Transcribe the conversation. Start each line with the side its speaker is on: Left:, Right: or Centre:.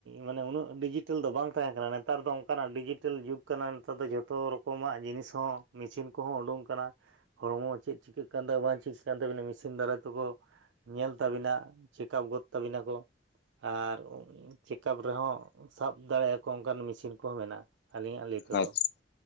Right: ᱢᱟᱱᱮ ᱩᱱᱟᱹᱜ ᱰᱤᱡᱤᱴᱮᱞ ᱫᱚ ᱵᱟᱝ ᱛᱟᱦᱮᱸ ᱠᱟᱱᱟ ᱱᱮᱛᱟᱨ ᱫᱚ ᱚᱱᱠᱟᱱᱟᱜ ᱰᱤᱡᱤᱴᱮᱞ ᱡᱩᱜᱽ ᱠᱟᱱᱟ ᱱᱮᱛᱟᱨ ᱫᱚ ᱡᱷᱚᱛᱚ ᱨᱚᱠᱚᱢᱟᱜ ᱡᱤᱱᱤᱥ ᱦᱚᱸ ᱢᱮᱥᱤᱱ ᱠᱚᱦᱚᱸ ᱩᱰᱩᱝ ᱟᱠᱟᱱᱟ ᱾ ᱦᱚᱲᱢᱚ ᱪᱮᱫ ᱪᱤᱠᱟᱹᱜ ᱠᱟᱱ ᱛᱟᱢᱟ ᱵᱟᱝ ᱪᱤᱠᱟ. ᱠᱟᱱ ᱛᱟᱵᱤᱱᱟ ᱢᱮᱥᱤᱱ ᱫᱟᱨᱟᱭ ᱛᱮᱠᱚ ᱧᱮᱞ ᱛᱟᱵᱤᱱᱟ ᱪᱮᱠᱟᱯ ᱜᱚᱫ ᱛᱟᱹᱵᱤᱱᱟ ᱠᱚ᱾ ᱟᱨ ᱪᱮᱠᱟᱯ ᱨᱮᱦᱚᱸ ᱥᱟᱵ ᱫᱟᱲᱮᱭᱟᱠᱚ ᱚᱱᱠᱟᱱ ᱢᱮᱥᱤᱱ ᱠᱚᱦᱚᱸ ᱢᱮᱱᱟᱜᱼᱟ ᱟᱹᱞᱤᱧᱟᱜ ᱞᱟᱹᱭ ᱛᱮᱫᱚ,
Left: ᱦᱮᱸ ᱦᱳᱭ ᱦᱳᱭ ᱟᱪᱪᱷᱟ